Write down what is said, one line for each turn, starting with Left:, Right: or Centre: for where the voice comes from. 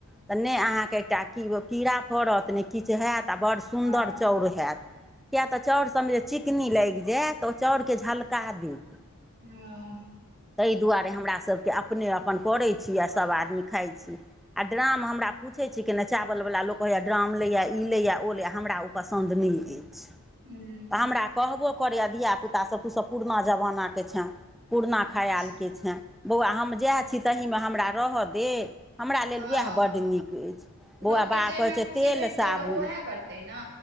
Centre: तऽ नहि अहाँके एकटा की कीड़ा पड़त नहि किछु हैत आ बड़ सुन्दर
Right: हँ
Centre: चाउर हैत किएक तऽ चाउर सभमे जे चिकनी लागि जायत तऽ ओ चाउरकेँ झलका देत
Right: हँ
Centre: ताहि दुआरे हमरासभके अपने अपन करैत छी आ सभ आदमी खाइत छी आ ड्राम हमरा पूछै छी केने चावलवा ला लोक कहैये ड्राम लैए ई लैए ओ लैए हमरा ओ पसन्द नहि अछि तऽ
Right: ह
Centre: हमरा कहबो करैए धियापुतासभ तूसभ पुरना जमानाके छेँ पुरना खयालके
Right: अच्छा
Centre: छनि बौआ हम जएह छी तहीमे हमरा रहय दे हमरा लेल
Right: हँ
Centre: उएह बड्ड नीक अछि
Right: लोकके
Centre: बौआ बा बाक
Right: जाहिमे
Centre: कहै छै
Right: खुशी
Centre: तेल
Right: भेटतै
Centre: साबुन
Right: लोक उएह करतै ने